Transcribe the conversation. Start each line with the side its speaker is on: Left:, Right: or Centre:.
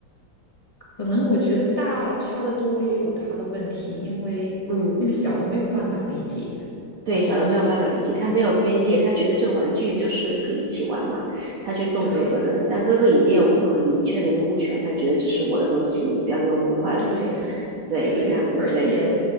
Left: 可能我觉得大差的多也有他的问题，因为那个小的没有办法理解。
Right: <laughs> 嗯，对，小的没有办法理解，他没有边界，他觉得这个玩具就是可以一起玩嘛，他去动哥哥的，
Left: 对
Right: 但哥哥已经有物很明确的那物权，他觉得这是我的东西，你不要给我弄坏了。
Left: 对
Right: 对，
Left: 对，
Right: 让嗯对。
Left: 而且